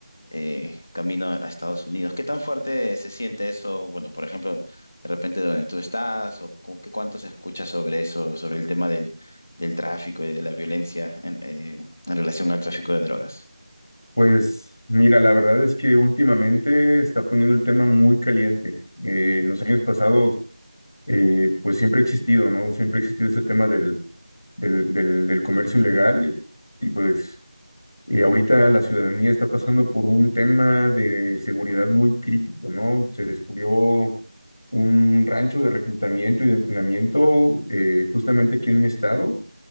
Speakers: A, on the left; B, on the left.
A: eh, camino a Estados Unidos. ¿Qué tan fuerte se siente eso? Bueno, por ejemplo, de repente donde tú estás, o cu- qué cuánto se escucha sobre eso, sobre el tema del, del tráfico y de la violencia en, eh, en relación al tráfico de drogas.
B: Pues mira, la verdad es que últimamente está poniendo el tema muy caliente. Eh, en los años pasados, eh, pues siempre ha existido, ¿no? Siempre ha existido este tema del, del, del, del comercio ilegal. Y pues eh, ahorita la ciudadanía está pasando por un tema de seguridad muy crítico, ¿no? Se descubrió un rancho de reclutamiento y de entrenamiento eh, justamente aquí en mi estado